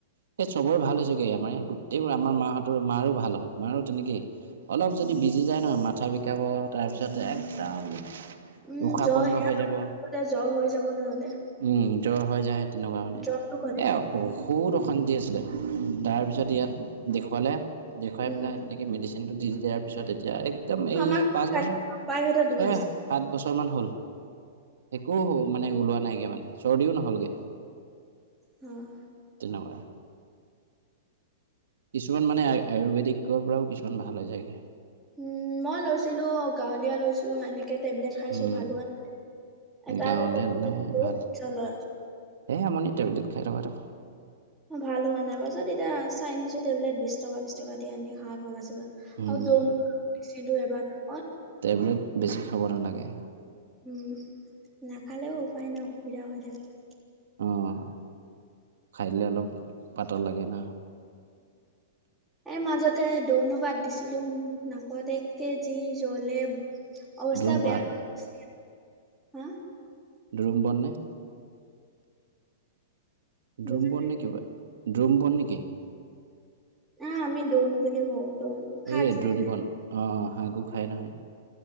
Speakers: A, on the right; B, in the centre.
A: সে চবৰে ভাল হৈছেগেমাৰ গোটেইবোৰ আমাৰ মাহঁতৰ মাৰো ভাল হ'ল মাৰো তেনেকেই অলপ যদি। বিজি যায় নহয় মাথা বিকাব তাৰপিছত একদম।
B: উম
A: উশাহ
B: জ্বৰ
A: বন্ধ হৈ যাব
B: জ্ব হৈ যাব নহলে।
A: উম জ্বৰ হৈ যায় তেনেকুৱাণে
B: জ্বৰটো ঘলে
A: এই ঔষুধ অশান্তি। ছিলে তাৰ পিছত ইয়াত দেখোৱালে দেখোৱাই
B: উম,
A: পেলাই এনেকে মেডিচেন। কিন্তটো দি দিয়াৰ পিছত এতিয়া একদম
B: ফাৰ্মাচী
A: এই পাঁচ বছৰ
B: প্ৰাইভেটত
A: ছয়
B: দুখাইছে,
A: সাত বছৰমান হ'ল। একো মানে ওলোৱা নাইকে মানে চৰ্দিও নহলগে।
B: অ'।
A: তেনেকুৱা। কিছুমান মানে আয়ুৰ্বেদিক পৰাও কিছুমান ভাল হৈ যায়গে।
B: উম মই লৈছিলো গাঁৱলীয়া লৈছো এনেকে টেবলেট খাইছো
A: উম
B: ভাল হোৱা নাই। এটা
A: গাঁৱলীয়া
B: এটা
A: হ'লে
B: বহুত
A: ভাল
B: চালো।
A: এই আমনি টেবলেট খাই থকাটো।
B: ভাল হোৱা নাই পাৰছততিয়া চাইনিজো টেবলেট বিশ টকা বি টকা দি আনি খা ফাৰ্মাচী পা।
A: উম,
B: আৰু দৌননিছিলো এবাৰ আগত।
A: টেবলেট বেছি খাব নালাগে
B: উম নাখালেও উপায় নাই অসুবিধা হৈ থাকে।
A: অঁ খাইদিলে অলপ পাতল লাগে ন।
B: এ মাজতে দৌনো পাত দিছিলো নাকত এক কেজি জ্বলে। অৱস্থা
A: দ্ৰুম
B: বেয়াহৈগৈছিলে
A: পা
B: হা।
A: ডৰুম বন নে।
B: বুজা
A: ড্ৰোম বন নে কিব ড্ৰোম বন নেকি। <unintelligible>
B: অ আমি দোন বুলি কওঁ দোন শাক
A: এই
B: যে
A: দ্ৰুম
B: খাই।
A: বন অঁ অঁ শাকো খায় নহয়